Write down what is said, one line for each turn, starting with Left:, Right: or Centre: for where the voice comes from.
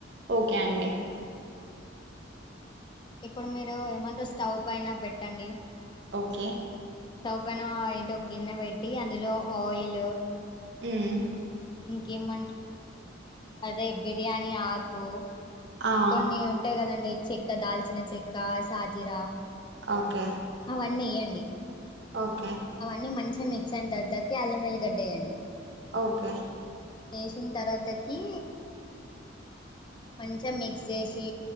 Right: ఓకే అండి
Left: ఉ ఇప్పుడు మీరు ఏమంటారు స్టవ్ పైన పెట్టండి
Right: ఓకే
Left: స్టవ్ పను ఏంటో ఒక గిన్నె పెట్టి అందులో ఆయిల్
Right: హ్మ్మ్
Left: ఇంకేము అదే బిర్యానిి హకు
Right: ఆ
Left: కొన్ని ఉంటాయి కదండి చెక్క దాల్చిన చెక్క సాాజిరా
Right: ఓకే
Left: అవన్నీయ్యండి అడి
Right: ఓకే
Left: అవన్నీ మంచి మిక్స్ అయిన తర్వాతకి అల్లంల్లిగడ్డేయం్యడి
Right: ఓకే
Left: వేసిన తర్వాతకి మంచిగా మిక్స్ చేసి